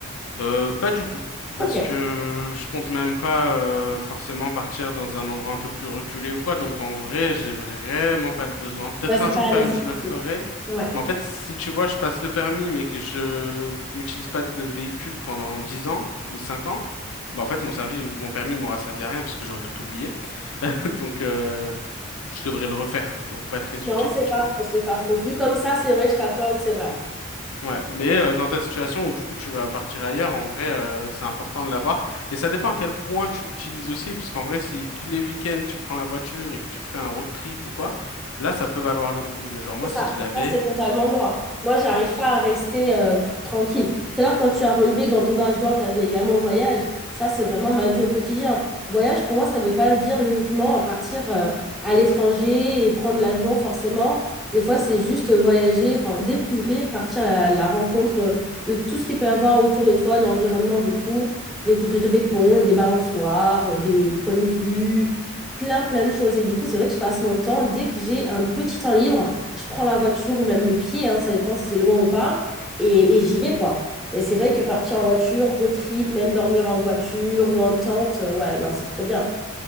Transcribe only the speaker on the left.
Euh, pas du tout, parce
que je compte même pas euh, forcément partir dans un endroit un peu plus reculé ou quoi. Donc, en vrai, j'ai vraiment pas le besoin. Peut-être
un jour,
quand
même, je le ferai.
Mais en fait, si tu vois, je passe le permis, mais que je n'utilise pas de véhicule pendant 10 ans ou 5 ans, bah, en fait, mon servi, mon permis m'aura servi à rien parce que j'aurais tout oublié. <laughs> Donc, euh, je devrais le refaire. Donc, pas très
utile,
tu
vois.
Ouais, mais euh, dans ta situation où du coup tu vas partir ailleurs, en vrai, euh, c'est important de l'avoir. Et ça dépend à quel point tu l'utilises aussi, parce qu'en vrai, si tous les week-ends tu prends la voiture et que tu te fais un road trip ou quoi, là, ça peut valoir le coup. Mais genre moi,
si
je l'avais,
ce-